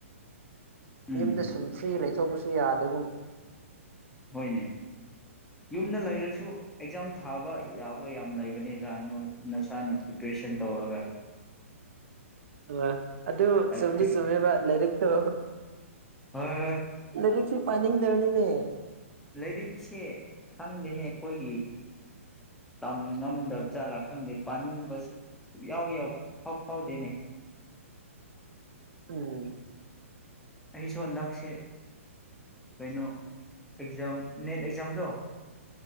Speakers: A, in the centre; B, on the right.
A: ꯎꯝ
B: ꯗ ꯁꯨꯝ ꯐ꯭ꯔꯤ ꯂꯩ ꯆꯣ ꯀꯁꯨ ꯌꯥꯗꯒꯨꯝ
A: ꯍꯣꯏꯅꯦ ꯌꯨꯝꯗ ꯂꯩꯔꯁꯨ ꯑꯦꯛꯖꯥꯝ ꯊꯥꯕ ꯌꯥꯕ ꯌꯥꯝ ꯂꯩꯕꯅꯤꯗ ꯅꯣꯏ ꯅꯁꯥꯅ ꯄ꯭ꯔꯤꯄꯦꯔꯦꯁꯟ ꯇꯧꯔꯒ
B: ꯑ ꯑꯗꯨ
A: ꯎꯝ
B: ꯁꯣꯨꯝꯗꯤ ꯆꯨꯝꯃꯦꯕ ꯂꯥꯏꯔꯤꯛꯇꯣ
A: ꯍꯣꯏ
B: ꯂꯥꯏꯔꯤꯛꯁꯨ ꯄꯥꯅꯤꯡꯗꯕꯅꯤꯅꯦ
A: ꯂꯩꯔꯤ ꯁꯤ ꯈꯪꯗꯅꯦꯦꯛ ꯑꯩꯈꯣꯏꯒꯤ ꯇꯝ ꯉꯝꯗꯕ ꯖꯥꯠꯂꯥ ꯈꯪꯗꯦ ꯄꯥꯅꯤꯡꯕꯁꯨ ꯁꯨꯌꯥꯎ ꯌꯥꯎ ꯐꯥꯎ ꯐꯥꯎꯗꯅꯦ
B: ꯎꯝ
A: ꯑꯩꯁꯨ ꯍꯟꯗꯛꯁꯦ ꯀꯩꯅꯣ ꯑꯦꯛꯖꯝ ꯅꯦꯠ ꯑꯦꯛꯖꯝꯗ